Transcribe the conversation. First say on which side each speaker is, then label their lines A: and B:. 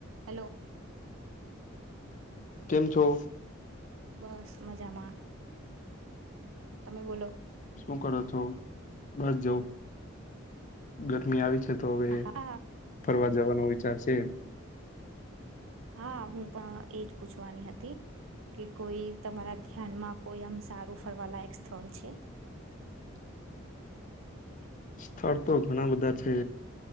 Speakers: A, on the right; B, on the left.
A: Hello
B: કેમ છો?
A: બસ મજામાં તમે બોલો.
B: શું કરો છો બસ જો ગરમી આવી છે. તો હવે
A: હા
B: ફરવા જવાનો વિચાર છે.
A: હા હું પણ એજ પૂછવાની હતી. કે કોઈ તમારા ધ્યાનમાં કોઈ આમ સારું ફરવા લાયક સ્થળ છે.
B: <unintelligible> સ્થળ તો ઘણા બધા છે..